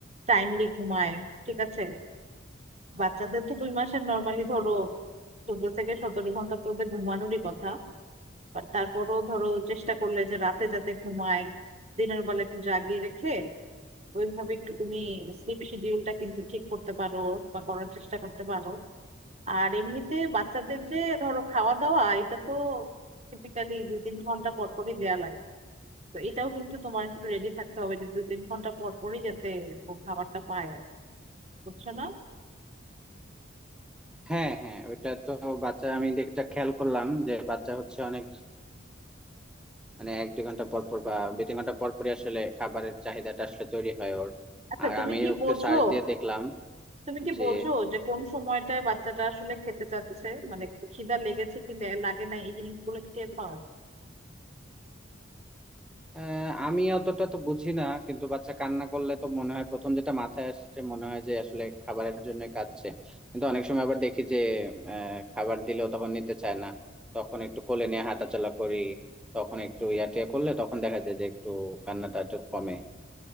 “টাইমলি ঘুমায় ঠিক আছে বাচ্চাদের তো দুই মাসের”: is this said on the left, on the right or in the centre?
Right